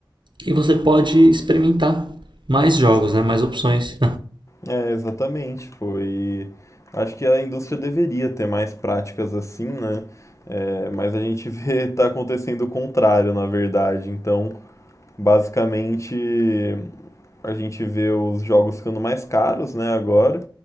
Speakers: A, on the right; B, on the left.
A: e você pode experimentar mais jogos, né? Mais opções.
B: É, exatamente, pô. E acho que a indústria deveria ter mais práticas assim, né? É, mas a gente vê <laughs> tá acontecendo o contrário, na verdade. Então, basicamente, a gente vê os jogos ficando mais caros, né, agora.